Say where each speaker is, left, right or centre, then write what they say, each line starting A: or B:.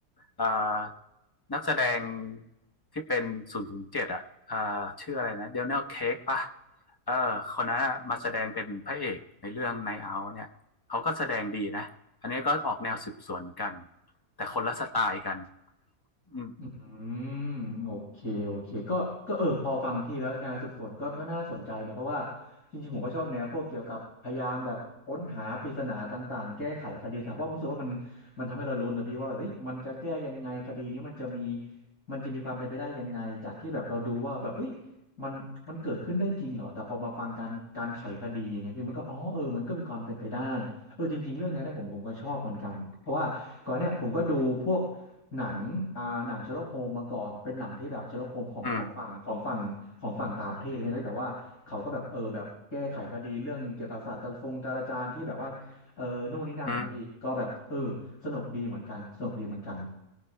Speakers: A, on the left; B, on the left.
A: เอ่อนักแสดงที่เป็นศูนย์ศูนย์เจ็ดอ่ะเอ่อชื่ออะไรนะเดน e l ลเค้กป่ะเออคนนั้นอะมาแสดงเป็นพระเอกในเรื่องไนท์เอาท์เนี่ยเขาก็แสดงดีนะ อันนี้ก็ออกแนวสืบสวนกันแต่คนละสไตล์กันอืม
B: อืมโอเคโอเคก็ก็เออพอฟังพี่แล้วงานสืบสวนก็ก็น่าสนใจนะเพราะว่าจริงๆผมก็ชอบแนวพวกเกี่ยวกับพยายามแบบค้นหาปริศนาต่างๆแก้ไขคดีนะเพราะผมรู้สึกว่ามันมันทำให้เราลุ้นนะพี่ว่าแบบเฮ้ยมันจะแก้ยังไงคดีนี้มันจะมีมันจะมีความเป็นไปได้ยังไงจากที่แบบเราดูว่าแบบเฮ้ยมันมันเกิดขึ้นได้จริงเหรอแต่พอมาฟังการการไขคดีอย่างเงี้ยพี่มันก็อ๋อเออมันก็มีความเป็นไปได้เออจริงๆเรื่องเนี้ยนะผมผมก็ชอบเหมือนกันเพราะว่าก่อนเนี่ยผมก็ดูพวก หนังอ่าหนังเชอร์ล็อกโฮมมาก่อนเป็นหนังที่แบบเชอร์ล็อกโฮมของของฝั่งของฝั่งของฝั่งต่างประเทศไช่ไหมแล้วแบบว่าเขาก็แบบเออแบบแก้ไขคดีเรื่องเกี่ยวกับศาสตร์ทรงจราจารย์ที่แบบว่าเออนู่นนี่นั่นนะพี่ก็แบบเออสนุกดีเหมือนกันสนุกดีเหมือนกัน
A: อืมอืม